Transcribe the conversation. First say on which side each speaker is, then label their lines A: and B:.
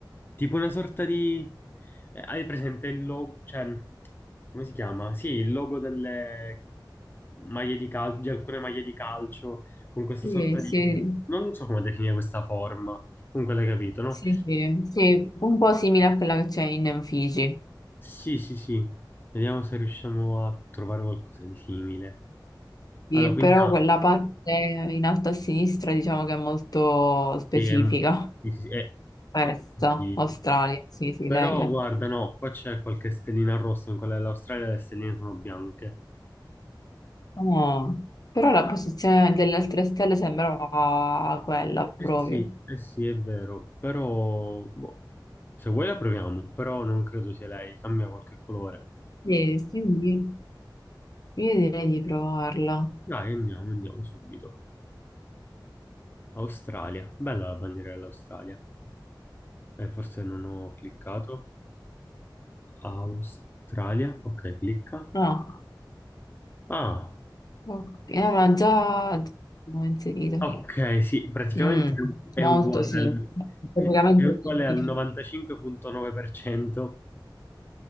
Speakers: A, on the left; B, on the left.
A: tipo una sorta di... eh, hai presente il logo, cioè, come si chiama? Sì, il logo delle maglie di calcio, di alcune maglie di calcio, con questa
B: Sì,
A: sorta
B: sì,
A: di... Non so come definire questa forma, comunque l'hai capito, no?
B: sì, sì, Sì, un po' simile a quella che c'è in Fiji.
A: Sì, sì, sì, vediamo se riusciamo a trovare qualcosa di simile.
B: Sì,
A: Allora, quindi...
B: però
A: ah,
B: quella parte in alto a sinistra diciamo che è molto specifica.
A: sì, è- sì, sì, sì, è-
B: Questa,
A: sì.
B: Australia, sì, sì, lei
A: Però
B: è.
A: guarda, no, qua c'è qualche stellina rossa, in quella dell'Australia le stelline sono bianche.
B: Oh, Però la posizione delle altre stelle sembrava quella proprio.
A: Eh sì, eh sì, è vero, però boh, se vuoi la proviamo, però non credo sia lei, cambia qualche colore.
B: Sì, sì, io io direi di provarla.
A: Dai, andiamo, andiamo subito. Australia, bella la bandiera dell'Australia. Eh, forse non ho cliccato. Australia, ok, clicca.
B: No,
A: Ah,
B: ok, eh, ma già l'ho inserita.
A: ok, sì, praticamente
B: Mm,
A: è
B: molto
A: uguale
B: sì,
A: al,
B: praticamente
A: <laughs> è uguale
B: identiche.
A: al 95.9%.